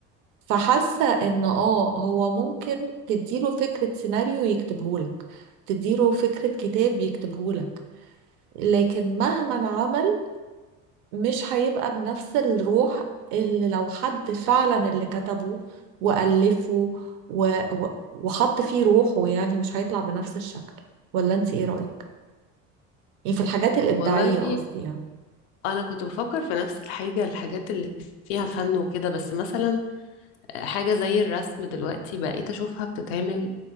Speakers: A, on the right; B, on the left.
A: فحاسة ان اه هو ممكن تديله فكرة سيناريو يكتبهولك تديله فكرة كتاب يكتبهولك لكن مهما عمل مش هيبقى بنفس الروح اللي لو حد فعلا اللي كتبه وألفه و... و... وحط فيه روحه يعني مش هيطلع بنفس الشكل ولا انت ايه رأيك؟ يعني في الحاجات الإبداعية
B: والله
A: قصدي يعني
B: انا كنت بفكر في نفس الحاجة الحاجات اللي فيها فن وكده بس مثلا حاجة زي الرسم دلوقتي بقيت اشوفها بتتعمل